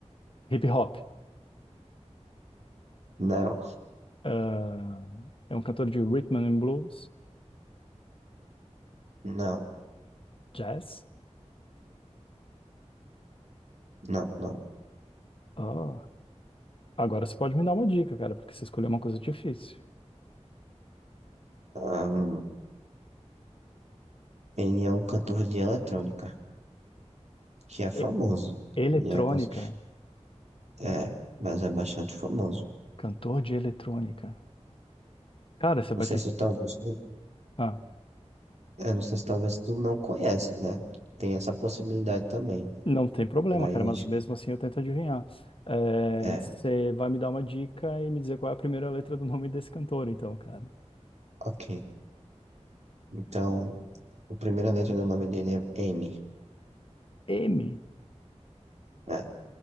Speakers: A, on the left; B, on the right.
A: hip hop.
B: não,
A: Ah, é um cantor de rhythm and blues,
B: não,
A: jazz.
B: não, não.
A: Ah, agora você pode me dar uma dica, cara, porque você escolheu uma coisa difícil.
B: Ahn, ele é um cantor de eletrônica, que é famoso.
A: E- eletrônica,
B: Ele é, cons- é, mas é bastante famoso.
A: cantor de eletrônica. Cara, você vai
B: Não sei
A: ter.
B: se talvez.
A: Ah,
B: É, não sei se talvez tu não conhece, né? Tem essa possibilidade também.
A: não tem problema,
B: Mas,
A: cara, mas mesmo assim eu tento adivinhar. Eh,
B: é,
A: você vai me dar uma dica e me dizer qual é a primeira letra do nome desse cantor, então, cara.
B: ok. Então, a primeira letra do nome dele é M.
A: M.
B: É,